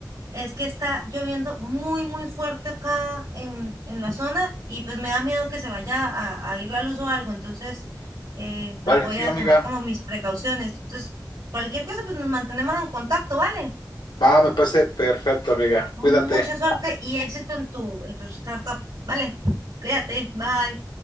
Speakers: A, on the right; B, on the left.
A: Es que está lloviendo muy, muy fuerte acá en, en la zona y pues me da miedo que se vaya a, a ir la luz o algo. Entonces, eh, pues
B: Vale,
A: voy
B: sí,
A: a
B: amiga.
A: tomar como mis precauciones. Entonces, cualquier cosa, pues nos mantenemos en contacto, ¿vale?
B: Va, me parece perfecto, amiga.
A: Mucha
B: Cuídate.
A: suerte y éxito en tu, en tu startup, ¿vale? Cuídate, bye.